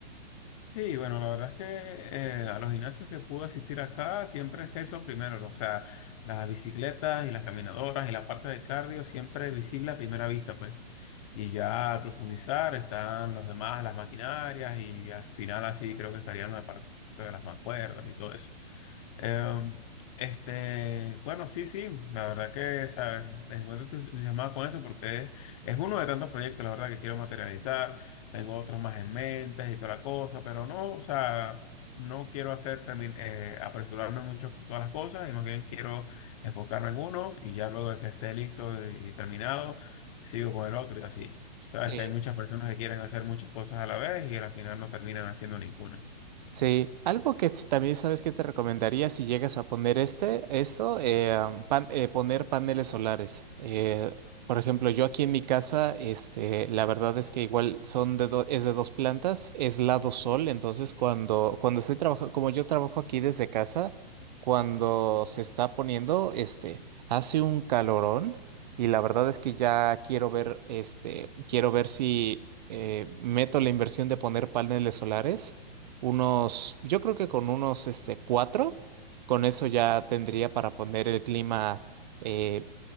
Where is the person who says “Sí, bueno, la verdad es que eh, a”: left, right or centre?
Left